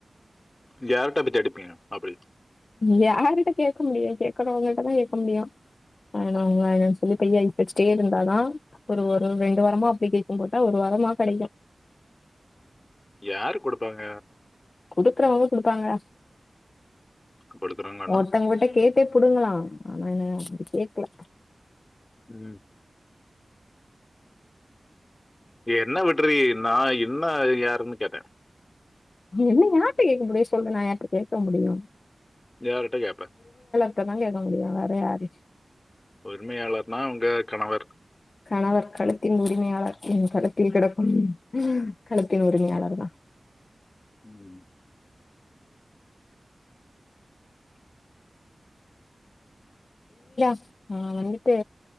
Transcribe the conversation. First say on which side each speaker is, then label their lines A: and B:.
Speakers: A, on the left; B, on the left.
A: யார் டப்பு தெடிபீங் அப்டின்
B: யாரிட்ட கேட்க முடியு கேட்கறவங்கிட்டதா கேட்க முடியு ஆன அவ்ங்க அத சொல்லி கைய சச்சிட்டே இருந்தா ஒரு ஒரு ரெண்டு வாரமா அப்டி கேட்குபோதா ஒரு வரமா கெடைக்கு
A: யாரு குடுப்பாங்க
B: குடுக்குறவங்க குடுப்பாங்க
A: கொடுக்குறாங்கன்னா
B: ஒருத்தங்கட்ட கேட்டே புடுங்களலா ஆனா என்ன அப்டி கேக்கல
A: உம் என்ன விட்றி நா என்ன யாருன்னு கேட்ட
B: என்ன யாருட்ட கேட்க முடியு சொல்லு நா யார்ட்ட கேட்க முடியு
A: யார்கிட்ட கேப்ப
B: இததா கேட்க முடியு வேற யாரு
A: உரிமையாளர்னா உங்க கணவர்
B: கணவர் கழுத்தின் உரிமையாளர் கழுத்தில் கெடக்கு கழுத்தின் உரிமையாளர்
A: ம்,
B: தா
A: ம்.
B: ஆஹ் வந்துட்டு